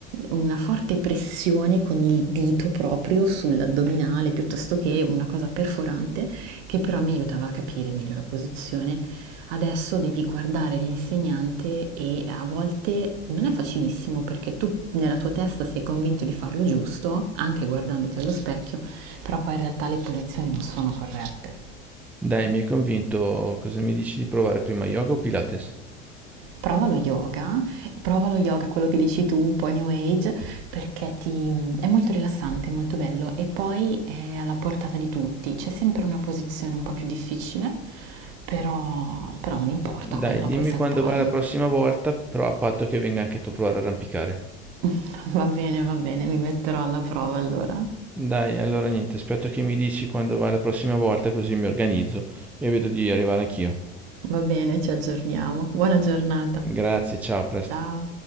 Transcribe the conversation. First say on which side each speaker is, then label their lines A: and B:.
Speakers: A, on the right; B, in the centre.
A: una forte pressione con il dito proprio sull'addominale, piuttosto che una cosa perforante, che però mi aiutava a capire meglio la posizione. Adesso devi guardare l'insegnante e a volte non è facilissimo perché tu nella tua testa sei convinto di farlo giusto, anche guardandoti allo specchio, però poi in realtà le posizioni non sono corrette.
B: Dai, mi hai convinto. Cosa mi dici di provare prima yoga o Pilates?
A: Prova lo yoga, prova lo yoga, quello che dici tu, un po' New Age, perché ti- è molto rilassante, è molto bello e poi è alla portata di tutti. C'è sempre una posizione un po' più difficile, però, però non importa,
B: Dai,
A: quella la
B: dimmi
A: puoi saltare.
B: quando vai la prossima volta, però a patto che venga anche tu a provare a arrampicare.
A: <laughs> Va bene, va bene, mi metterò alla prova allora.
B: Dai, allora niente, aspetto che mi dici quando vai la prossima volta, così mi organizzo e vedo di arrivare anch'io.
A: Va bene, ci aggiorniamo. Buona giornata.
B: Grazie, ciao, a presto.
A: Ciao.